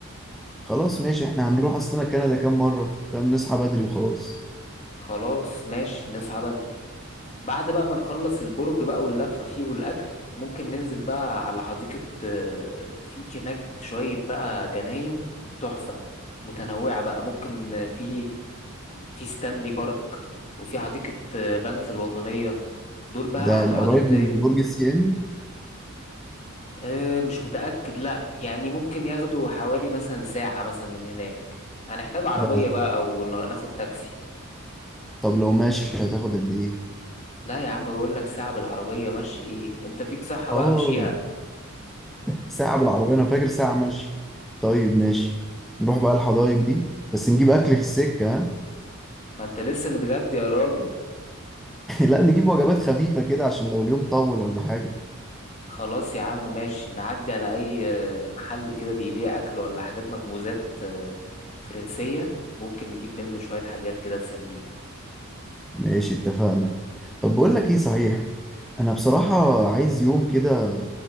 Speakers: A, in the centre; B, on the left (about 30°).
A: خلاص ماشي احنا هنروح أصلنا كندا كام مرة فاهم نصحى بدري وخلاص
B: خلاص ماشي نصحى بدري بعد بقى ما نخلص البرج بقى واللفة فيه والأكل ممكن ننزل بقى على حديقة آه، في هناك شوية بقى جناين تحفة متنوعة بقى ممكن آه، في في ستانلي بارك وفي حديقة آه، بنف الوطنية دول بقى
A: ده
B: أحلى
A: ده
B: حديقتين
A: قريب من برج السي ان
B: أه مش متأكد لأ يعني ممكن ياخدوا حوالي مثلا ساعة مثلا من هناك هنحتاج عربية
A: ده
B: بقى أو ن- ناخد تاكسي
A: طب لو ماشي هتاخد قد ايه
B: لا يا عم بقول لك ساعة بالعربية ماشي إيه أنت فيك صحة
A: اه
B: بقى مشيها
A: ساعة بالعربية انا فاكر ساعة ماشي طيب ماشي نروح بقى الحدائق دي بس نجيب اكل في السكة <laughs> ها؟
B: ما انت لسه متغدي يا راجل
A: لا نجيب وجبات خفيفة كده عشان لو اليوم طول ولا حاجة
B: خلاص يا عم ماشي نعدي على اي آه، محل كده بيبيع اكل ولا حاجات مخبوزات آه، فرنسية ممكن نجيب منه شوية حاجات كده تسلينا
A: ماشي اتفقنا طب بقول لك ايه صحيح انا بصراحة عايز يوم كده